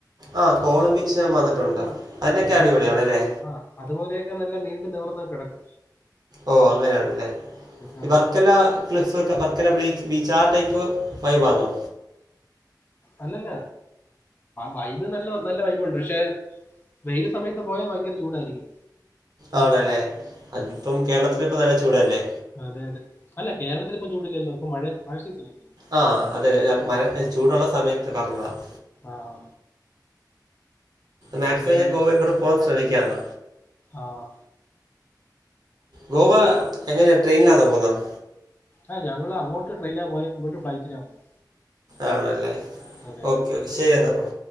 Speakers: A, on the right; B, on the left.
A: ആ് കോവളം ബീച്ച് ഞാൻ വന്നിട്ടുണ്ട്
B: ആ
A: അതിനേക്കാൾ
B: അതുപോലെ
A: അടിപൊളിയാണല്ലേ
B: ആ അതുപോലെയൊക്കെ നല്ല നീണ്ട് നിവർന്ന് കിടക്കാ
A: ഓ അങ്ങനെയാണല്ലേ
B: അതെ
A: ഈ വർക്കെല്ലാ ക്ലിസ് വർക്കല ബ്ലീച്ച് ബീച്ച് ആ ടൈപ്പ് വൈബാണോ
B: അല്ലല്ല വൈബ് നല്ല നല്ല വൈബണ്ട് പക്ഷെ വെയിൽ സമയത്ത് പോയാൽ ഭയങ്കര ചൂടായിരിക്കും
A: ആണല്ലേ
B: ഉം,
A: അതിപ്പം കേരളത്തി ഇപ്പ നല്ല ചൂടല്ലേ
B: അതെ അതെ അല്ല കേരളത്തിൽ ഇപ്പൊ ചൂടല്ലല്ലോ അപ്പൊ മഴ മഴ സീസൺ അല്ലേ
A: ആ അതെ ഞാ മഴ ചൂടുള്ള സമയത്ത് പറഞ്ഞതാണ്
B: ആഹ
A: മാക്സിമം
B: പിന്നെ
A: ഞാൻ ഗോവയിൽ കൂടെ പോവാൻ ശ്രമിക്കാണ്
B: ആഹ
A: ഗോവ, എങ്ങനെയാണ് ട്രെയിനിലാന്ന പോകുന്നത്?
B: ആ ഞങ്ങള് അങ്ങോട്ട് ട്രെയിനില പോയ, ഇങ്ങോട്ട് ഫ്‌ളൈറ്റില വന്നത്.
A: ആണല്ലേ
B: അതെ
A: ഓക്കെ, ശരി എന്നാൽ ബ്രോ.